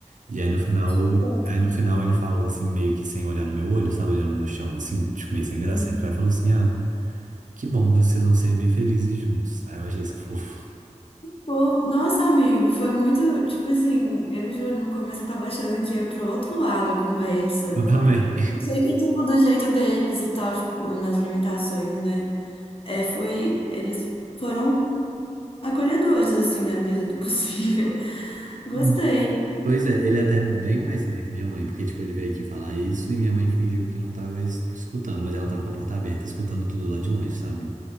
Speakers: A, on the right; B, on the left.
A: E aí no final,
B: compartilha
A: aí
B: também.
A: no final ele falou assim, meio que sem olhar no meu olho, sabe, olhando no chão, assim, tipo, meio sem graça.
B: Sim.
A: Ele vai e falou assim, ah, que bom, vocês vão ser bem felizes juntos. Aí eu achei isso fofo. <laughs>
B: Pô, nossa, amigo, foi muito, tipo assim, eu juro, no começo eu tava achando que ia pro outro lado a conversa.
A: Eu também.
B: Não sei que tipo do jeito deles e tal, tipo, nas limitações, né? É, foi, eles foram acolhedores, assim, na medida do possível. <laughs> Gostei.
A: Hum. Pois é, ele é até bem mais, né, que minha mãe, porque, tipo, ele veio aqui falar isso e minha mãe fingiu que não tava es- escutando, mas ela tava com a porta aberta, escutando tudo lá de longe, sabe?